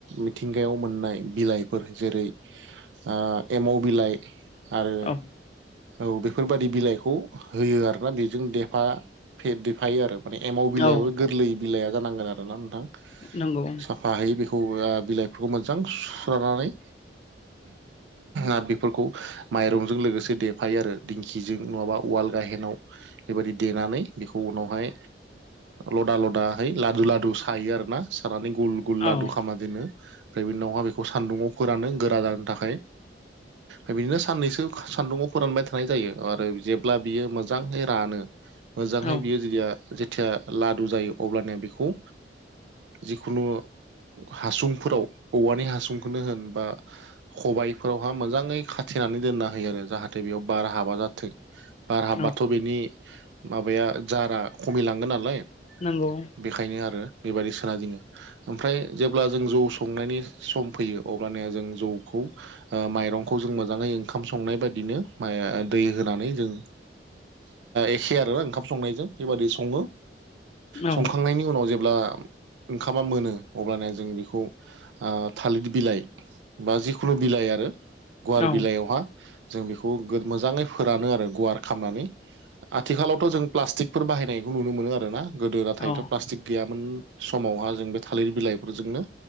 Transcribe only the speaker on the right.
मिथिंगायाव मोननाय बिलाइफोर जेरै ओ एमाव बिलाइ। आरो
औ बेफोरबादि बिलाइखौ होयो आरोना बेजों देफा फे देफायो आरो। माने एमाव बिलाइयाबो
गोरलै बिलाइआ जानांगोन आरोना नोंथां
सा फाहैयो बेखौ ओ बिलाइफोरखौ मोजां सुस्रानानै आ बेफोरखौ माइरंजों लोगोसे देफायो आरो। खिजों नङाबा उवाल गाहेनाव बेबायदि देनानै बेखौ उनावहाय लदा लदा लादु लादु सायो आरोना सानानै गुल गुल
लादु खामा बिदिनो ओमफ्राय बे उनावहा बेखौ सान्दुङाव फोरानो गोरा जानो थाखाय। बिदिनो साननैसो सान्दुंङाव फोरानबाय थानाय जायो आरो जेब्ला बियो मोजाङै रानो मोजांहै
बियो जुदिया जेथिया लादु जायो अब्लानिया बेखौ जिखुनु हासुंफोराव औवानि हासुंखौनो होन बा खबाइफोरावहा मोजाङै खाथेनानै दोनना होयो आरो जाहाथे बेयाव बार हाबा जाथों बार हाबबाथ'
बेनि माबाया जारा खमिलांगोन नालाय
बेखायनो आरो बेबायदि सोना जोङो ओमफ्राय जेब्ला जों जौ संनायनि सम फैयो अब्लानाया जों जौखौ माइरंखौ जों मोजाङै ओंखाम संनाय बायदिनो मा दै होनानै जों एखे आरोना ओंखाम संनायजों बेबादि सङो
संखांनायनि उनाव जेब्ला ओंखामा मोनो अब्लाना जों बेखौ थालिर बिलाइ बा जिखुनु बिलाइ आरो गुवार
बिलाइयावहा जों बेखौ मोजाङै फोरानो आरो गुवार खालामनानै आथिखालावथ' जों प्लास्टिकफोर बाहायनायखौ नुनो मोनो आरोना गोदो नाथायथ'
प्लास्टिक गैयामोन समावहा जों बे थालिर बिलाइफोरजोंनो